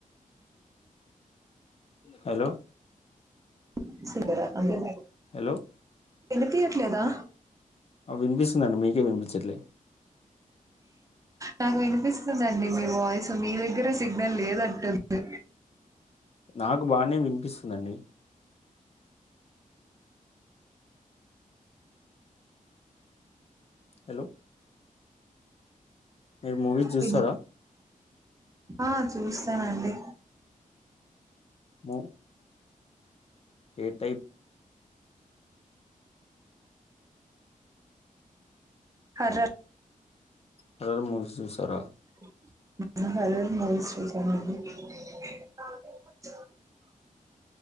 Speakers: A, on the left (about 45°); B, on the right (about 20°).
A: హలో
B: <unintelligible> అంతే <unintelligible>
A: హలో
B: వినిపియట్లేదా
A: ఆ వినిపిస్తుందండి మీకే వినిపించట్లే
B: నాకు వినిపిస్తుంది అండి. మీ వాయిస్ మీ దగ్గర సిగ్నల్ లేనాట్టుంది.
A: నాకు బాగానే వినిపిస్తుందాండి. హలో మీరు మువీస్ జుస్తారా
B: విన్- ఆ చూస్తానండి.
A: ఆ ఏ టైప్
B: కజా
A: అడ ఎవరన్నా మనిషి చూసార
B: బధహార మహ శ్రచనీ <unintelligible> మనిషి చూసానండి